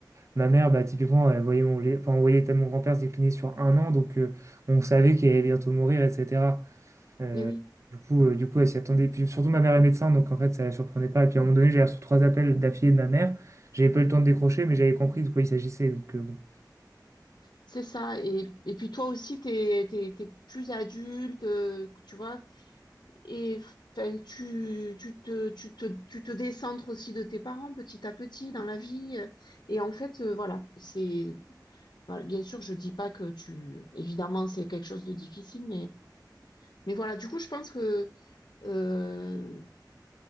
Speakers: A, on the right; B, on the left.
A: ma mère, bah, typiquement, elle voyait mon, lait- enfin, on voyait l'état de mon grand-père se décliner sur un an, donc euh, on savait qu'il allait bientôt mourir, etc. Euh,
B: Eh oui.
A: du coup, euh, du coup, elle s'y attendait. Puis surtout, ma mère est médecin, donc en fait, ça la surprenait pas. Et puis, à un moment donné, j'ai reçu trois appels d'affilée de ma mère. J'avais pas eu le temps de décrocher, mais j'avais compris de quoi il s'agissait. Donc, euh, bon.
B: C'est ça. Et, et puis toi aussi, t'es, t'es, t'es plus adulte, euh, tu vois. Et enfin, tu, tu te, tu te, tu te décentres aussi de tes parents petit à petit dans la vie. euh, Et en fait, euh, voilà, c'est, voilà, bien sûr, je dis pas que tu, évidemment, c'est quelque chose de difficile, mais, mais voilà. Du coup, je pense que euh,